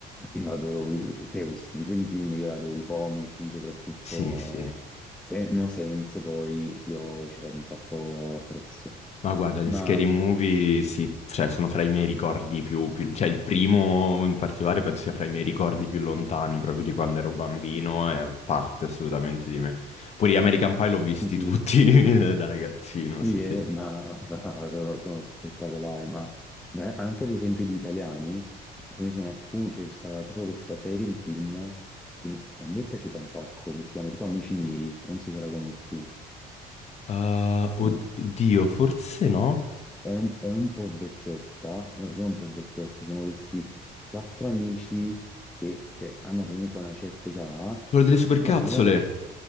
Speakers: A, in the centre; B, on the left.
A: Io adoro que- cioè, questi tipi di film, io li adoro i comici, soprattutto
B: Sì, sì.
A: se- No Sense, poi io ci vado un sacco appresso.
B: Ma guarda,
A: Ma
B: gli scary movie sì, cioè, sono fra i miei ricordi più, più- Cioè, il primo in particolare penso sia fra i miei ricordi più lontani, proprio di quando ero bambino, è parte assolutamente di me. Pure gli American Pie l'ho visti
A: sì, sì,
B: tutti <laughs> da ragazzino,
A: Sì,
B: sì, sì.
A: eh, ma <laughs> fra- sono, sono spettacolari, ma ma anche ad esempio di italiani, ce ne sono alcuni, cioè, c'è stata tipo questa serie di film che a me è piaciuta un sacco, che si chiama tipo Amici miei, non so se la conosci.
B: Uh, od-
A: Mm.
B: oddio, forse no?
A: È un, è un po' vecchiotta, no, sono un po' vecchiotti, sono questi quattro amici che eh, hanno comunque una certa età
B: Quello delle supercazzole!
A: e vanno veramente,